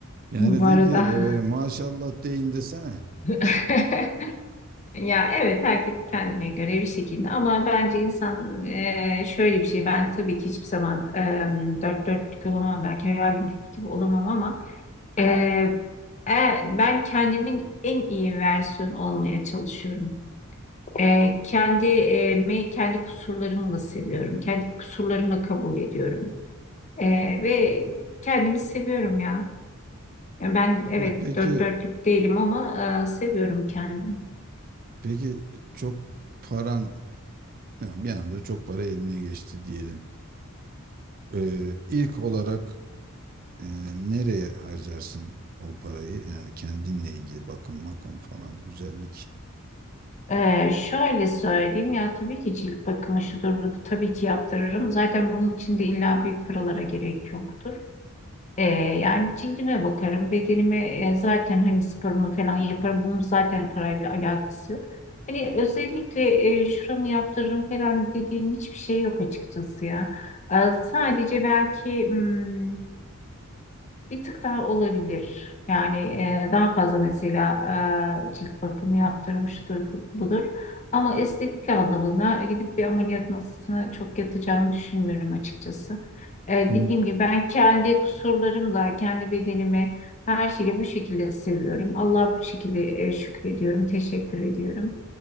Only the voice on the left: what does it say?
Bu
arada.
<laughs> Ya evet herkes kendine göre bir şekilde ama bence insan e, şöyle bir şey ben tabii ki hiçbir zaman e, dört dörtlük olamam belki hayalimdeki gibi olamam ama e, e, ben kendimin en iyi versiyonu olmaya çalışıyorum. E, kendi e, kendi kusurlarımla seviyorum. Kendi kusurlarımla kabul ediyorum. E, ve kendimi seviyorum ya. Ya ben
evet
dört dörtlük değilim ama e, seviyorum kendimi.
Ee, şöyle söyleyeyim ya tabii ki cilt bakımı şudur budur tabii ki yaptırırım. Zaten bunun için de illa büyük paralara gerek yoktur. Ee, yani cildime bakarım, bedenime e, zaten hani sporumu falan yaparım. Bunun zaten parayla alakası yok. Hani özellikle e, şuramı yaptırırım falan dediğim hiçbir şey yok açıkçası ya. Ee, sadece belki hmm, bir tık daha olabilir. Yani e, daha fazla mesela e, cilt bakımı yaptırmıştır budur. Ama estetik anlamına gidip bir ameliyat masasına çok yatacağımı düşünmüyorum açıkçası. E,
dediğim gibi ben kendi kusurlarımla, kendi bedenimi her şeyi bu şekilde seviyorum. Allah'a bu şekilde e, şükrediyorum, teşekkür ediyorum.